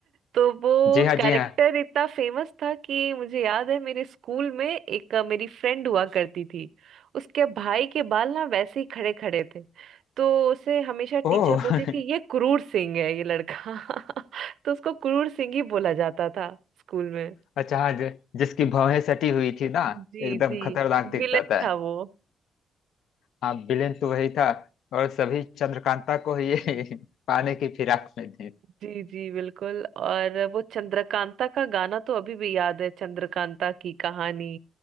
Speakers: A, on the right; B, on the left.
A: तो वो
B: जी हाँ
A: कैरेक्टर
B: जी हाँ
A: इतना फेमस था कि मुझे याद है मेरे स्कूल में एक अ, मेरी फ्रेंड हुआ करती थी उसके भाई के बाल ना वैसे ही खड़े खड़े थे तो उसे हमेशा
B: ओह
A: टीचर बोलती
B: <laughs>
A: थी ये क्रूर सिंह है ये लड़का <laughs> तो उसको क्रूर सिंह ही बोला जाता था स्कूल में
B: अच्छा हाँ जि- जिसकी भौहें सटी हुई थी ना
A: जी
B: एकदम
A: जी
B: खतरनाक दिखता
A: विलेन
B: था
A: था वो
B: हाँ विलेन तो वही था और सभी चंद्रकांता को ये <laughs> पाने की फिराक में थे
A: जी जी बिल्कुल और वो चंद्रकांता का गाना तो अभी भी याद है चंद्रकांता की कहानी